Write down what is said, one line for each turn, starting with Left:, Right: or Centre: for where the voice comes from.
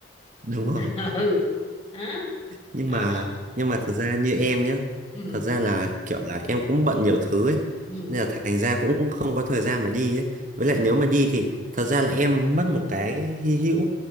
Right: đúng rồi
Left: <laughs> ừ đó
Right: nhưng
Left: đó
Right: mà nhưng mà thật ra như em nhé
Left: ừ.
Right: thật ra là kiểu là em cũng bận nhiều thứ ấy
Left: ừ
Right: nên là thành ra cũng không có thời gian mà đi ấy với lại nếu mà đi thì thật ra là em mất một cái hy hữu